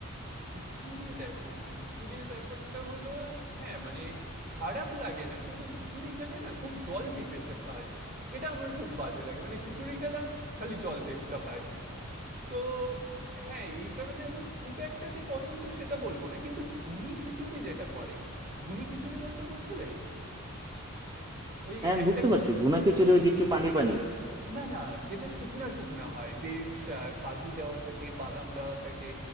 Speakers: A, on the right; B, on the right.
A: খিচুড়ি দেখো খিচুড়ির ব্যাপারটা হলো হ্যাঁ মানে খারাপ লাগে না কিন্তু খিচুড়ি খেলে না খুব জল পিপেসে পায় এটা আমার খুব বাজে লাগে মানে খিচুড়ি খেলাম খালি জল তেষ্টা পায় তো হ্যাঁ এই কারণে আমার খুব একটা যে পছন্দ সেটা বলবো না কিন্তু ভুনি খিচুড়ি যেটা করে ভুনি খিচুড়ি বলতে বুঝলে ওই
B: হ্যাঁ আমি
A: একটা
B: বুঝতে পারছি
A: খি
B: ভুনা খিচুড়ি ওই যে একটু পানি পানি
A: না না যেটা শুকনা শুকনা হয় বেশ আহ, কাজু দেওয়া থাকে বাদাম দেওয়া থাকে